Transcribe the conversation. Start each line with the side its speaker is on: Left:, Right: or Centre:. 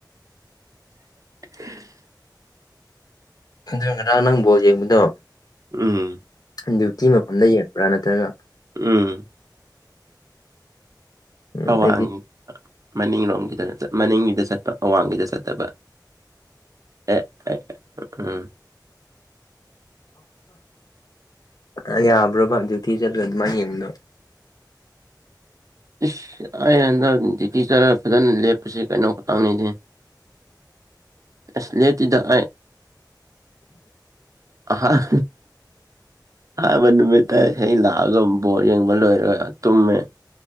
Right: <inaudible>
Left: ꯑꯗꯨ ꯉꯔꯥꯡ ꯅꯪ ꯕꯣꯜ ꯌꯦꯡꯕꯗꯣ
Right: ꯎꯝ
Left: ꯗ꯭ꯌꯨꯇꯤ ꯃꯐꯝꯗ ꯌꯦꯡꯕ꯭ꯔꯥ ꯅꯠꯇ꯭ꯔꯒ
Right: ꯎꯝ
Left: ꯎꯝ
Right: ꯑꯋꯥꯡꯒꯤ
Left: ꯑꯩꯗꯤ
Right: ꯃꯅꯤꯡꯂꯣꯝꯒꯤꯗ ꯃꯅꯤꯡꯒꯤꯗ ꯆꯠꯄ ꯑꯋꯥꯡꯒꯤꯗ ꯆꯠꯇꯕ ꯑꯦ ꯎꯝ
Left: ꯑ ꯌꯥꯕ꯭ꯔꯣꯕ ꯗ꯭ꯤꯌꯨꯇꯤ ꯆꯠꯂꯒ ꯑꯗꯨꯃꯥꯢ ꯌꯦꯡꯕꯗꯣ
Right: ꯏꯁ ꯑꯩ ꯍꯟꯗꯛ ꯗꯤꯇꯤ ꯆꯠꯂ ꯐꯖꯅ ꯂꯦꯞꯄꯁꯤ ꯀꯩꯅꯣ ꯈꯇꯪꯅꯤꯍꯦ ꯑꯁ ꯂꯩꯇꯦꯗ ꯑꯩ ꯑꯍꯥꯟ ꯑꯍꯥꯥꯟꯕ ꯅꯨꯃꯤꯠꯇ ꯑꯩ ꯂꯥꯛꯑꯒꯥ ꯕꯣꯔꯠ ꯌꯦꯡꯕ ꯂꯣꯏꯔꯒ ꯇꯨꯝꯃꯦ